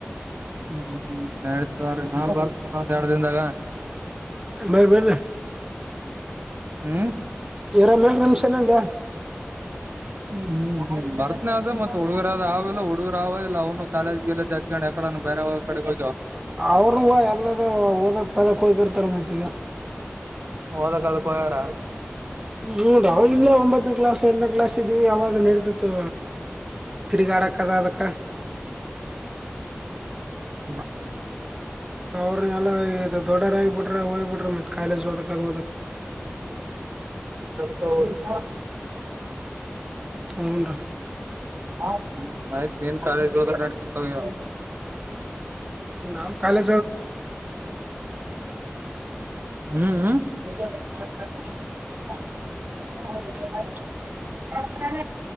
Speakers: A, on the right; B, on the right.
A: ಹ್ಮ್ ನಡೀತತಿ ತೋರಿ ನಾ ಬರ್ ಒಂದ್ ಎರಡು ದಿನದಾಗ
B: ಬರೀ ಬರೀ
A: ಹ್ಮ್
B: ಇರ ಮೇಲ್ ನಿಮಿಷನಂದ
A: ಹ್ಮ್ ಬರ್ತ್ನ ಅದ ಮತ್ತತ್ ಹುಡುಗರಾದ ಅವ ಇಲ್ಲ ಹುಡುಗರು ಅವ ಇಲ್ಲ ಅವ್ನು ಕಾಲೇಜ್ಗೆಲ್ಲ ಹಚ್ಕೊಂಡ್ ಯಕಡ ಬರ ಕಡಬಗೆವ
B: ಅವರು ಎಲ್ಲರೂ ಓದಕ್ ಪದಕ್ ಹೋಗಿರ್ತಾರ ಮತ್ತಿಗ್
A: ಓದಕ್ಕ ಅದಕ್ ಹೋಗ್ಯಾರ್
B: ಹ್ಮ ಹ್ಮ ಅವಾಗಲ್ಲ ಒಂಬತ್ತನೇ ಕ್ಲಾಸ್ ಎಂಟನೇ ಕ್ಲಾಸ್ ಇದ್ದೀವಿ ಅವಾಗ ನಡೀತಿತ್ತು ತಿರಿಗಾಡಕ್ ಆದ ಅದಕ್ಕೆ
A: ಹ
B: ಅವ್ರ ನೆಲ ಇದ ದೊಡ್ಡರ ಆಗಿಬಿಟ್ರ ಹೋಗ್ಬ ಬಿಟ್ರ ಮತ್ ಕಾಲೇಜ್ ಹೋದಕ್ ಅದ ಹೋದಕ್
A: ಹದು <unintelligible>
B: ಹುನ್ ರೀ
A: ಹ್ಮ ಆಯ್ತ ನೀನ್ ಕಾಲೇಜ್ ಹೋದರ ನಡತತೋಗನ
B: ನಾಮ್ ಕಾಲೇ
A: ಹ್ಮ್ ಹು <unintelligible> <unintelligible>